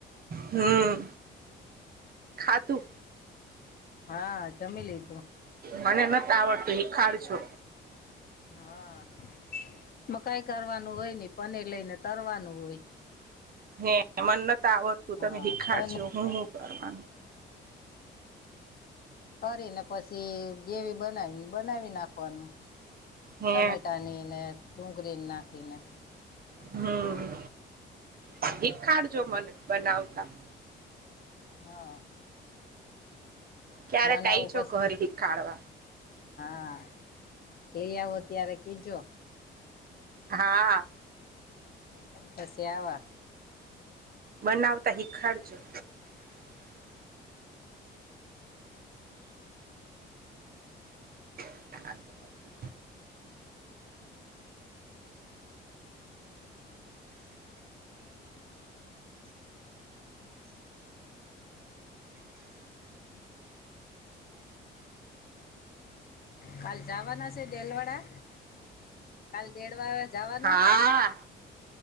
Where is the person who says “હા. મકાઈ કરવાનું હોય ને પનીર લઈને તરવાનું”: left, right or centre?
Left